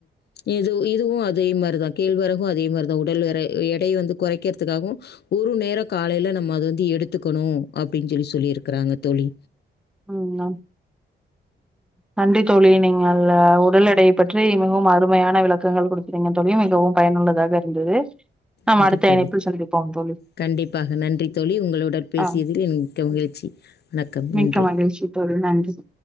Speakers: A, on the left (about 60°); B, in the centre.
A: இது இதுவு அதே மாரிதா கேழ்வறகு அதே மாரிதா உடல் வ எடை வந்து கொறை கொறைக்குறதுக்காகவு ஒரு நேரோ காலையில நம்ம அது வந்து எடுத்துக்கணு அப்படின்னு சொல்லி சொல்லிருக்கிறாங்க தோளி
B: உம் நன்றி தோழி நீங்க உடல் எடை பற்றி மிகவும் அருமையான விளக்கங்கள் கொடுக்குறீங்க தோழி மிகவும் பயனுள்ளதாக இருந்தது நாம்
A: நன்றி
B: அடுத்த
A: தோழி
B: இணைப்பில் சந்திப்போம் தோழி
A: கண்டிப்பாக நன்றி தோழி உங்களுடன் பேசியதில்
B: ஆ
A: என் மிக்க மகிழ்ச்சி வணக்கம்
B: மிக்க
A: நன்றி
B: மகிழ்ச்சி தோழி நன்றி